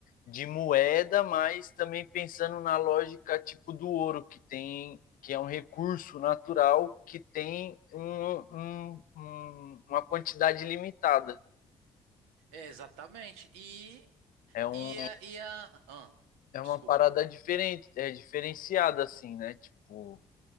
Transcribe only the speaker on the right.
É, exatamente. E,
e, a, e a. Ah,
desculpa.